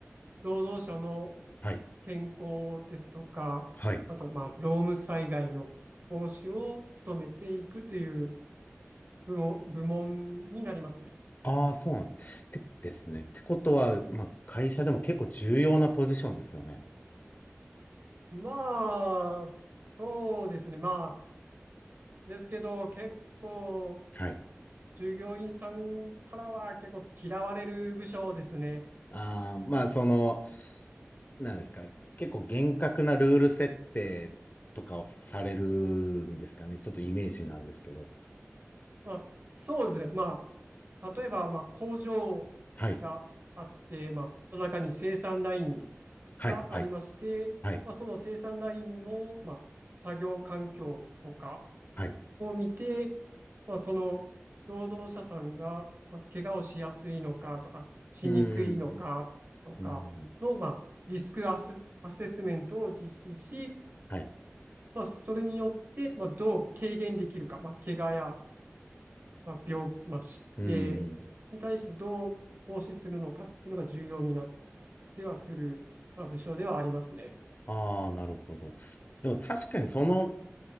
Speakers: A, on the right; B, on the left.
A: 労働者の
B: はい。
A: 健康ですとか、
B: はい。
A: あと、まあ、労務災害の防止を努めていくという部門、部門になりますね。
B: ああ、そうなんです。てですね。ってことは、まあ、会社でも結構重要なポジションですよね。
A: まあ、そうですね。まあ、ですけど、結構、
B: はい。
A: 従業員さんからは結構嫌われる部署ですね。
B: ああ、まあ、その、なんですか。結構厳格なルール設定とかをされるんですかね。ちょっとイメージなんですけど。
A: まあ、そうですね。まあ、例えば、まあ、工場
B: はい。
A: があって、まあ、その中に生産ライン
B: はい。
A: がありまして、
B: はい。はい。
A: まあ、その生産ラインの、まあ、作業環境とか
B: はい。
A: を見て、まあ、その労働者さんが、まあ、怪我をしやすいのかとか、しにくいのかとかの、
B: うーん。うん。
A: まあ、リスクアセ、アセスメントを実施し、
B: はい。
A: まあ、それによって、まあ、どう軽減できるか、まあ、怪我やまあ、病気、まあ、疾病に対してどう防止するのかっていうのが重要になっ
B: うーん。
A: てはくる、まあ、部署ではありますね。
B: ああ、なるほど。でも確かにその、